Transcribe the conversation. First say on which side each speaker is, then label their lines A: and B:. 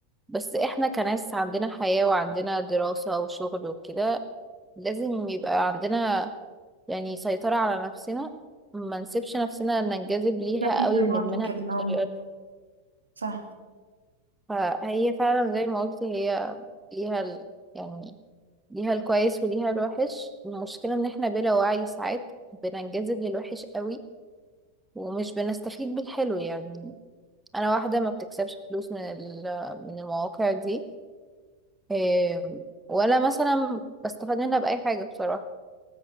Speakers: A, in the centre; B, on the right.
A: بس احنا كناس عندنا حياة وعندنا دراسة وشغل وكده لازم يبقى عندنا يعني سيطرة على نفسنا ما نسيبش نفسنا ننجذب ليها
B: ما في
A: قوي
B: خبرات
A: وندمنها
B: وكده
A: بالطريقة
B: اه
A: دي
B: صح
A: فهي فعلا زي ما قلت هي ليها ال... يعني ليها الكويس وليها الوحش المشكلة ان احنا بلا وعي ساعات بننجذب للوحش قوي ومش بنستفيد بالحلو يعني انا واحده ما بتكسبش فلوس من ال- من المواقع دي إيه، ولا مثلا بستفاد منها باي حاجه بصراحه